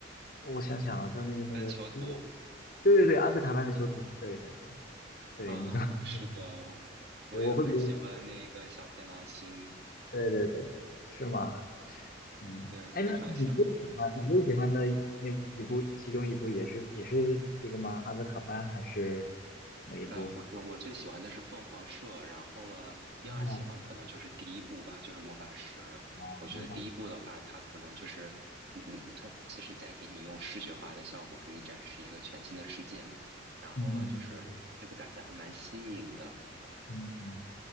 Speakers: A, on the left (about 50°); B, on the right (about 55°).
A: 我想想啊，叫那个那个那个，
B: 班囚徒
A: 对对对，阿兹卡班的囚徒，对对对对，
B: 啊，
A: 你知道那个什么
B: 是的，我也很喜欢那个小天狼星，
A: 对 <laughs> 我会比较，对对对，是吗？嗯，
B: 对，
A: 哎，那你最喜欢你最喜欢的那一部，
B: 非常喜欢。
A: 其中一部也是也是这个吗？阿兹卡班还是哪一部？
B: 呃，不是，我最喜欢的是凤凰社，然后了，第二喜欢可能就是第一部吧，
A: 哦，
B: 就是魔法石。
A: 哦，
B: 我觉得第一部的话，
A: 模仿，
B: 它可能就是你，你它其实在给你用视觉化的效果给你展示一个全新的世界嘛。然后了，
A: 嗯嗯嗯嗯
B: 就是这个感觉还蛮新颖的。
A: 嗯嗯嗯。嗯